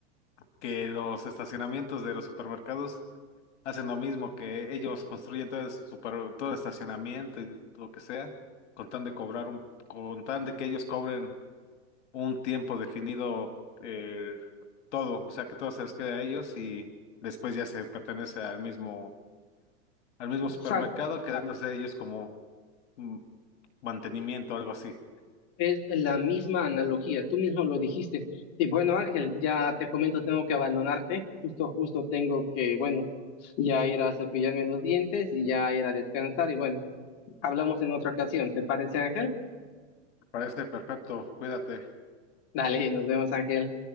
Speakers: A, on the left; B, on the left.
A: que los estacionamientos de los supermercados hacen lo mismo, que ellos construyen todo, el super- todo el estacionamiento y lo que sea, con tan de cobrar un, con tan de que ellos cobren un tiempo definido eh, todo, o sea que todo se les queda a ellos y después ya se pertenece al mismo, al mismo
B: O
A: supermercado,
B: sea,
A: quedándose ellos como mm, mantenimiento, algo así.
B: Es la misma analogía, tú mismo lo dijiste. Y bueno, Ángel, ya te comento, tengo que abandonarte, justo, justo tengo que, bueno, ya ir a cepillarme los dientes y ya ir a descansar. Y bueno, hablamos en otra ocasión, ¿te parece, Ángel?
A: Parece perfecto, cuídate.
B: Dale, nos vemos, Ángel.